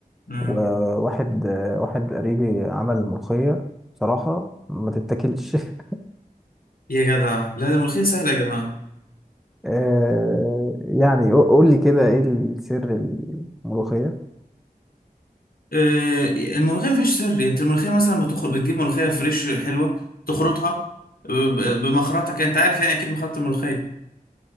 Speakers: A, on the left; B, in the centre.
A: مم.
B: وواحد آه، واحد قريبي عمل ملوخية بصراحة ما تتاكلش <laughs>
A: يا جدع لا ده الملوخيه سهله يا جماعه
B: آه، يعني قو- قول لي كده ايه السر الملوخية
A: آه الملوخيه ما فيهاش سر يعني انت الملوخيه مثلا بتخرج بتجيب ملوخيه فريش حلوه تخرطها ب- ب- بمخرطه كده انت عارف يعني اكيد مخرطه الملوخيه